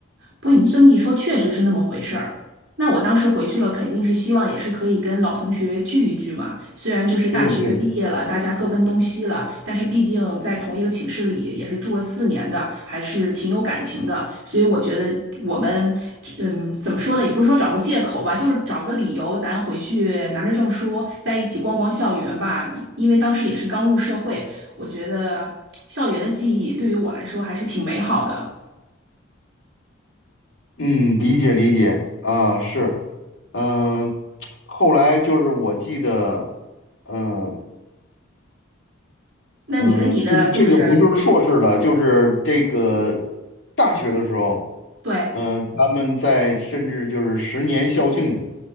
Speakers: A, on the right; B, on the left.
A: 不过你这么一说，确实是那么回事儿。那我当时回去了，肯定是希望也是可以跟老同学聚一聚嘛。虽然就是大学毕业了，
B: 对对，
A: 大家各奔东西了，但是毕竟在同一个寝室里也是住了四年的，还是挺有感情的。所以我觉得我们，嗯，怎么说呢？也不是说找个借口吧，就是找个理由，咱回去拿着证书在一起逛逛校园吧。因为当时也是刚入社会，我觉得校园的记忆对于我来说还是挺美好的。
B: 嗯，理解理解啊，是，嗯、后来就是我记得，嗯、
A: 那你跟你的就是
B: 嗯、这这个不就是硕士的，就是这个大学的时候。
A: 对
B: 嗯，他们在甚至就是十年校庆，